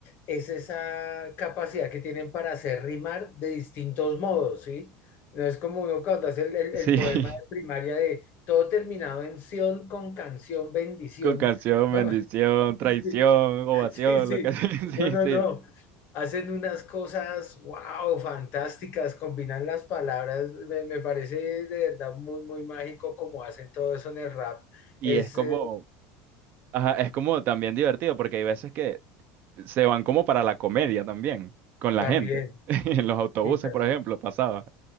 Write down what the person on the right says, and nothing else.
Sí,
<laughs>
con canción,
bendición,
traición, ovación,
lo que sea. <laughs>
Sí,
sí.
Y
es como
Ajá, es como también divertido porque hay veces que se van como para la comedia también con la
gente. <laughs> En los autobuses,
por ejemplo, pasaba.